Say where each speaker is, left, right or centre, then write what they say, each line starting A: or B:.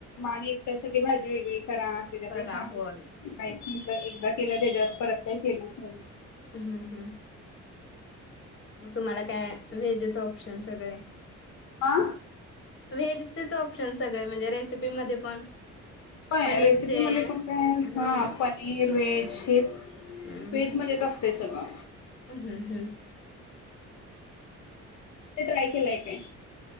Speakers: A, on the left; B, on the left.
A: आणि एकट्यासाठी भाजी वेगळी करा त्याच्यापेक्षा
B: परा होय
A: काय तीच एकदा केलं त्याच्यावर परत काय केलंच नाही.
B: हम्म हम्म. मग तुम्हाला काय व्हेजेचं ऑप्शन सगळे
A: हा.
B: व्हेजचेच ऑप्शन सगळे म्हणजे रेसिपीमध्ये पण
A: व्हय,
B: पनीरचे
A: रेसिपीमध्ये
B: हम्म
A: पण काय हा पनीर वेज हेच
B: हम्म
A: व्हेजमध्येच अस तय सगळ.
B: हम्म हम्म.
A: ते ट्राय केलय काय?